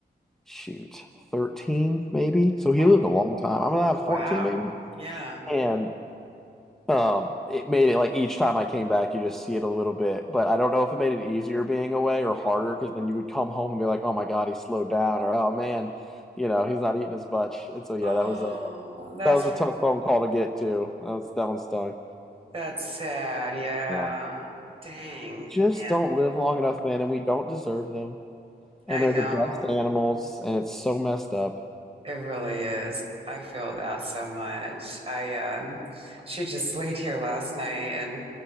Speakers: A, in the centre; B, on the right.
A: shoot 13 maybe. So he
B: Oh,
A: lived a long time. I'm gonna have
B: Wow.
A: 14 maybe,
B: Yeah.
A: and Um, it made it like each time I came back, you just see it a little bit, but I don't know if it made it easier being away or harder because then you would come home and be like, "Oh my God, he slowed down," or "Oh man, you know, he's not eating as much." And so yeah,
B: Oh,
A: that was a
B: that's
A: that was a tough phone call to get to. That was that one stung.
B: that's sad. Yeah.
A: Yeah,
B: Dang,
A: We just
B: man.
A: don't live long enough, man, and we don't deserve them. And
B: I
A: they're
B: know.
A: the best animals, and it's so messed up.
B: It really is. I feel that so much. I um she just <laughs> laid here last night and